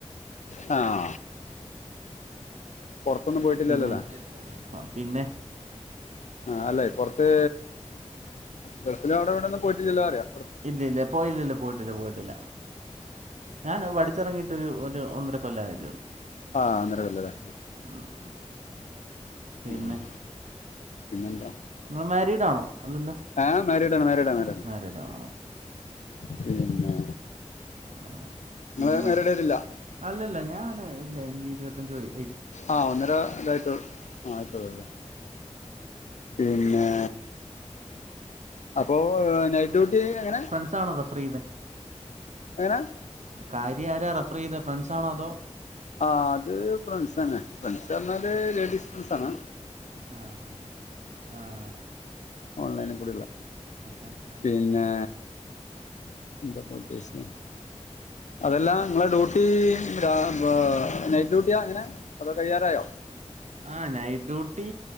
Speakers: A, on the left (about 75°); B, on the right (about 75°).
A: ആ പുറത്തൊന്നും പോയിട്ടില്ലല്ലോ
B: പിന്നെ ആ പിന്നെ
A: ആ അല്ല പുറത്ത് ഗൾഫിൽ അവിടെ ഇവിടെന്ന് പോയിട്ട് ഇല്ലാ പറയാ
B: ഇല്ല ഇല്ല പോയില്ല ഇല്ല പോയിട്ടില്ല പോയിട്ടില്ല ഞാൻ പഠിച്ചിറങ്ങിയിട്ടൊരു ഒരു ഒന്നര കൊല്ലം ആയതേയുള്ളൂ
A: ആഹ് ഒന്നരക്കൊല്ലല്ലേ
B: <unintelligible> പിന്നെ
A: ഉം, ഉം. പിന്നെന്താ
B: നിങ്ങൾ മാരീഡ് ആണോ അല്ലല്ലോ
A: ആഹ് മാരീഡാണ് മാരീഡാണ് മാരീഡാണ്
B: മാരിഡാണോ
A: പിന്നെ
B: ആഹ് പിന്നെ
A: നിങ്ങൾ മാരീഡ് ആയിട്ടില്ല
B: അല്ലല്ല ഞാന് ഇല്ല എനിക്ക് ഇരുപത്തഞ്ച് വയസ്
A: ആഹ് ഒന്നര ഇതായിട്ട ആഹ് ആയിട്ടോളല്ലേ പിന്നെ അപ്പോ നൈറ്റ് ഡ്യൂട്ടി എങ്ങനെ
B: സാണോ റഫറ് ചെയ്ന്നേ
A: എങ്ങനാ
B: കാര്യ ആരാ റഫർ ചെയ്തെ ഫ്രണ്ട്സാണോ അതോ
A: ആഹ് അത് ഫ്രണ്ട്സന്നെ ഫ്രണ്ട്സർഞ്ഞാല് ലേഡീസ് ഫ്രണ്ട്സാണ്
B: ആഹ് ആഹ് ആഹ്
A: ഓൺലൈനികൂടിള്ള
B: ആ
A: പിന്നെ എന്താപ്പന്തേഷ്ചെ അതല്ല ങ്ങളെ ഡ്യൂട്ടി രാ നൈറ്റ് ഡ്യൂട്ട്യാങ്ങനെ അതൊ കഴ്യാറായോ
B: ആഹ് നൈറ്റ് ഡ്യൂട്ടി